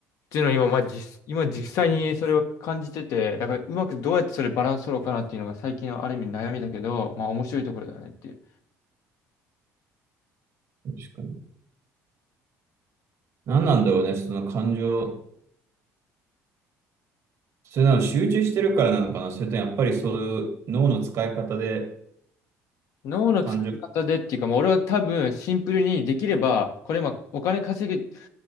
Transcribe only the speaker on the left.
っていうのを今、まあ、実、今実際にそれを感じてて、だからうまくどうやってそれバランス取ろうかなっていうのが最近のある意味悩みだけど、まあ面白いところだよねっていう。
脳の使い方でっていうか、
まあ、俺は多分シンプルにできれば、これ今お金稼ぐ